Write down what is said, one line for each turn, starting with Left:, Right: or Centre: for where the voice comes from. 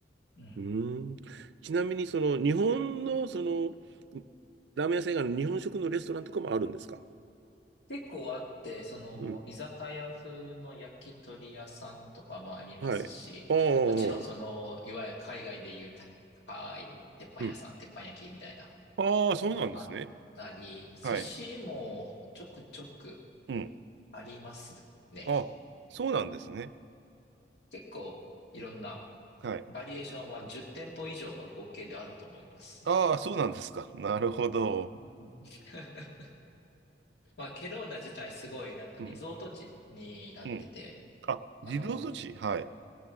Left: うん。
Right: うーん。ちなみに、その、日本の、その、ラーメン屋さん以外の日本食のレストランとかもあるんですか
Left: 結構あって、その居酒屋風の焼き鳥屋さんとかもありますし、
Right: うん。はい。ああ、
Left: もちろんそのいわゆる海外でいう高い鉄板屋さん、
Right: うん。
Left: 鉄板焼きみたいな。
Right: ああ、そうなんですね。
Left: のもあったり、寿司もちょくちょく
Right: はいうん。
Left: ありますね。
Right: あ、そうなんですね。
Left: 結構いろんな
Right: はい。
Left: バリエーションは10店舗以上は合計であると思いますね。
Right: ああ、そうなんですか。なるほど。
Left: <laughs> まあ、ケローナ自体すごいなんかリゾート地になってて、
Right: うん。うん。あ、自動措置。
Left: あの、
Right: はい。